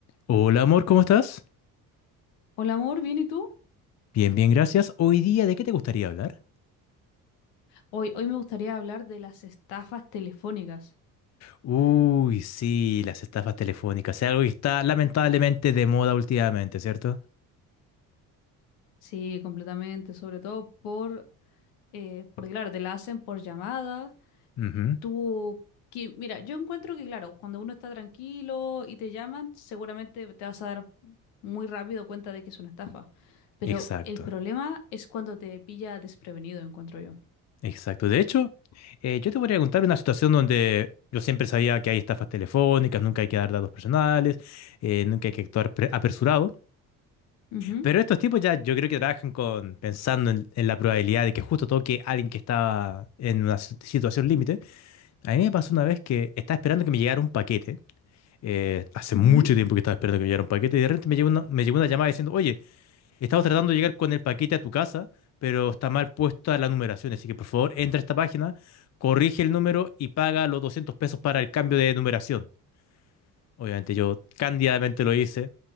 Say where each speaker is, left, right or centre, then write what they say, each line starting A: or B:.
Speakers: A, on the left; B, on the left.
A: Hola amor, ¿cómo estás?
B: Hola amor, ¿bien y tú?
A: Bien, bien, gracias. Hoy día, ¿de qué te gustaría hablar?
B: Hoy, hoy me gustaría hablar de las estafas telefónicas.
A: Uy, sí, las estafas telefónicas. Es algo que está lamentablemente de moda últimamente, ¿cierto?
B: Sí, completamente, sobre todo por, eh, porque claro, te la hacen por llamada.
A: Ujú,
B: Tú, que, mira, yo encuentro que claro, cuando uno está tranquilo y te llaman, seguramente te vas a dar muy rápido cuenta de que es una estafa. Pero
A: Exacto,
B: el problema es cuando te pilla desprevenido, encuentro yo.
A: exacto. De hecho, eh, yo te voy a contar una situación donde yo siempre sabía que hay estafas telefónicas, nunca hay que dar datos personales, eh, nunca hay que actuar pre- apresurado.
B: Ujú,
A: Pero estos tipos ya yo creo que trabajan con pensando en, en la probabilidad de que justo toque a alguien que está en una si- situación límite. A mí me pasó una vez que estaba esperando que me llegara un paquete. eh, hace
B: ujú.
A: mucho tiempo que estaba esperando que me llegara un paquete y de repente me llegó una, me llegó una llamada diciendo, oye, estamos tratando de llegar con el paquete a tu casa, pero está mal puesta la numeración, así que por favor entra a esta página, corrige el número y paga los 200 pesos para el cambio de numeración. Obviamente yo cándidamente lo hice